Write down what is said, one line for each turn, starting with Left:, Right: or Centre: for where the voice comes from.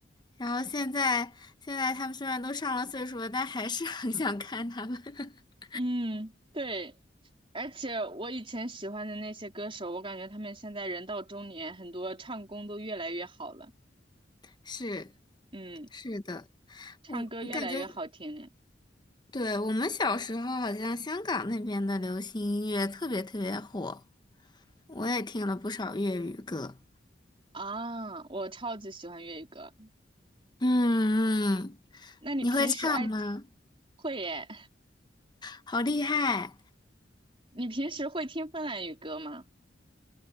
Left: 然后现在现在他们虽然都上了岁数了，但还是很想看他们。<laughs>
Right: 嗯，对，而且我以前喜欢的那些歌手，我感觉他们现在人到中年，很多唱功都越来越好了，
Left: 是，
Right: 嗯，
Left: 是的，
Right: 唱歌越来越好听了
Left: 我我感觉，对，我们小时候好像香港那边的流行音乐特别特别火。我也听了不少粤语歌。
Right: 啊，我超级喜欢粤语歌。
Left: 嗯嗯，
Right: 那你平时爱
Left: 你会唱吗？
Right: 会耶？
Left: 好厉害！
Right: 你平时会听芬兰语歌吗？